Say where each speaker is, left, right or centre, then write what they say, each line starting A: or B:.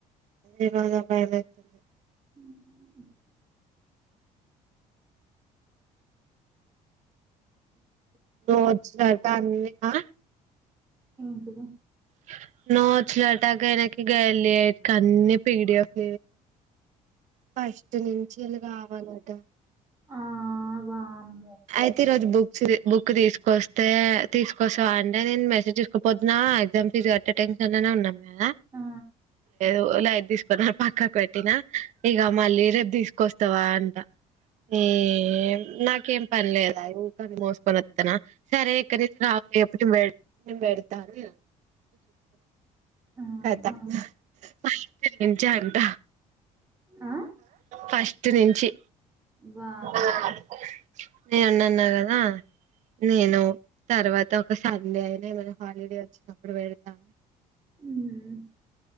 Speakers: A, on the right (about 60°); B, on the right (about 20°).
A: ఈరోజు బయలుతుంది
B: ఉమ్ ఉ
A: నోచ్చిన తరుత <unintelligible> అన్ని ఆ
B: ఏంటిది?
A: <unintelligible> గలి అన్ని పిడిఎఫ్ ఫస్ట్ నుం జలు గావాలట
B: ఆ వామ్
A: అయితే ఈ రోజు బుక్స్ బుక్ తీసుకొస్తే తీసుకొస్తావా అంటే నేను మెసేజ్ తీసుకోపోతున్నా ఎగ్జామ్ ఫీజు కట్టే టెన్షన్ లోనే ఉన్న న్న
B: ఆ,
A: ఏదో లైట్ తీసుకొని ఆ పక్కకు పెట్టిన ఇక మళ్ళీ రేపు తీసుకొ క్క వస్తావా అంట ఎమ్ నాకేం పనిలేదా ఊకె నేను మోసుకొని వస్తన్నా సరే ఇక్కడి నుంచి రావలిప్పుడు పెడతానన్నది
B: ఆహా,
A: కదక్క మా ఇంటి నుంచి అంట
B: ఆ,
A: ఫస్ట్ నుంచి
B: వామ్మో
A: అ నేన్న అన్నా కదా నేను తర్వాత ఒక సండే అయినా ఏమైనా హాలిడే వచ్చినప్పుడు వెడతా
B: హమ్